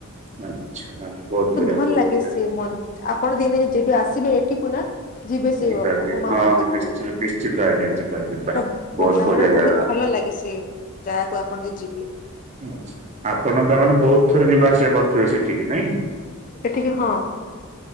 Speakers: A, on the right; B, on the left.
A: ଆଚ୍ଛା ବହୁତ ବଢ଼ିଆ
B: ଭଲ
A: ବହୁତ
B: ଲାଗେ
A: ବଢିଆ।
B: ସେ ମନ୍ ଆପଣ ଦିନେ ଯେବେ ଆସିବେ ଏଠିକୁ ନା ଜି ବେ ସେଇ
A: ଯିବା ଯିବା
B: ହମା
A: ହଁ
B: ମନ୍ଦିରକୁ
A: ହଁ ନିଶ୍ଚିନ୍ତ ନିଶ୍ଚିନ୍ତ ଆଜ୍ଞା ଯିବା ଯିବା।
B: ତା
A: ବହୁତ ବଢିଆ
B: ମାନେ ବହୁତ
A: ଜାଗା
B: ଭଲ ଲାଗେ ସେ ଯାହାକୁ ଆପଣ ଯ ଯିବେ।
A: ଆଚ୍ଛା ଆପଣ ତାମାନେ ବହୁତ ଥର ଯିବା ଆସିବା କରିୁଥିବେ ସେଠିକି ନାଇଁ।
B: ସେଠିକି ହଁ।